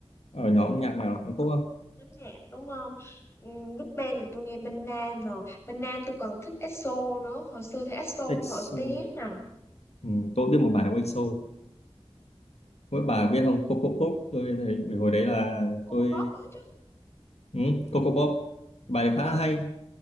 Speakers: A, on the left; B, on the left.
A: ở nhóm nhạc nào Hàn Quốc không?
B: lắm nhạc đúng không? Um, Big Bang là tôi nghe bên Nam rồi. Bên Nam tôi còn thích EXO nữa. Hồi xưa thì EXO
A: EXO
B: cũng nổi tiếng nè.
A: ừ, tôi biết một bài của EXO Mỗi bà biết không Coco Pop tôi thấy bởi hồi đấy là
B: Cô
A: tôi
B: cũng đó chứ.
A: ừ, Coco Pop bài
B: Ờ.
A: đấy khá là hay